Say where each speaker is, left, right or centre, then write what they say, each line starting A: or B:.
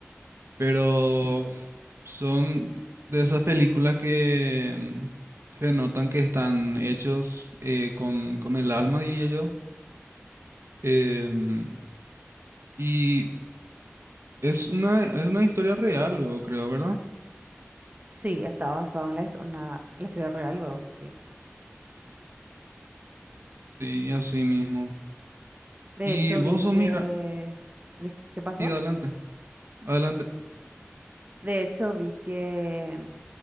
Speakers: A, on the right; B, on the right.
A: pero
B: Sí.
A: son de esas películas que mm, se notan que están hechos eh, con, con el alma, diría yo. Em, y es una, es una historia real, luego creo, ¿verdad?
B: Sí, está basado en la, histo- una- la historia real luego, sí.
A: Sí, así mismo.
B: De
A: Y
B: hecho,
A: vos
B: vi que...
A: sos, mira,
B: dis- ¿Qué pasó?
A: sí, adelante, adelante.
B: De hecho, vi que